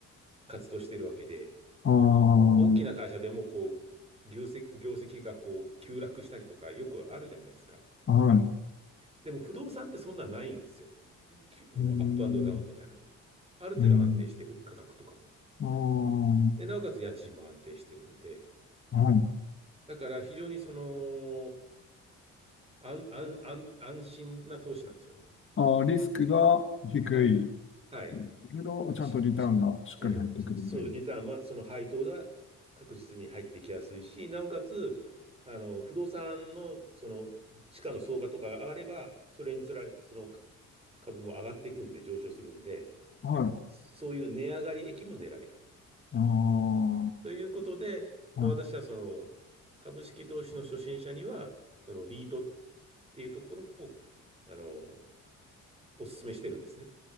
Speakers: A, on the right; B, on the left.
A: 活動してるわけで、
B: ああ、
A: 大きな会社でもこう、業績、業績がこう、急落したりとかよくあるじゃないですか。
B: はい。う
A: でも不動産ってそんなないんですよ。きゅもうアップアンドダウンみたいなのが。
B: ーん、
A: ある程度安定してる、
B: うん。
A: 価格とかも。
B: あ
A: で、なおかつ家賃も安定してるんで、
B: あ、はい。
A: だから非常にその、安、安、安、安心な投資なんですよね。
B: ああ、リスクが低い
A: はい。はい。
B: けど、ちゃんとリターンがしっかり入ってくるみたいな。
A: ししうん、しそう、リターンは、その配当が確実に入ってきやすいし、なおかつ、あの、不動産の、その、地価の相場とかが上がれば、それにつられて、その株も上がっていくんで、上昇するんで、
B: はい。
A: そそういう値上がり益も狙える。
B: ああ、
A: ということで、
B: はい。
A: まあ、私はその、株式投資の初心者には、その、リートっていうところを、あの、お勧めしてるんですね。